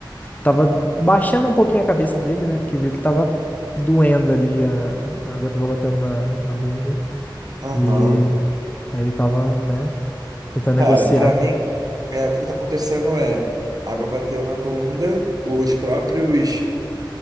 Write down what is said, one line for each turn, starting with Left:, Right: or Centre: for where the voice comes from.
Left: Tava baixando um pouquinho a cabeça dele, né? Porque viu que tava doendo ali, a, a água tava batendo na, na bunda.
Right: Aham.
Left: E aí ele tava, né, tentando
Right: Cara,
Left: negociar.
Right: pra mim, é, o que que tá acontecendo é, a água bateu na bunda, os próprios